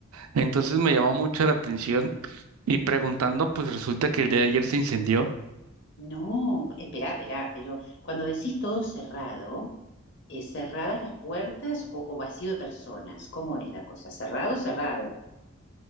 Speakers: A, on the right (about 85°); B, on the left (about 55°).
A: Entonces me llamó mucho la atención y preguntando, pues resulta que el día de ayer se incendió.
B: No, esperá, esperá, pero cuando decís todo cerrado, eh, ¿cerradas las puertas o, o vacío de personas? ¿Cómo es la cosa? ¿Cerrado, cerrado?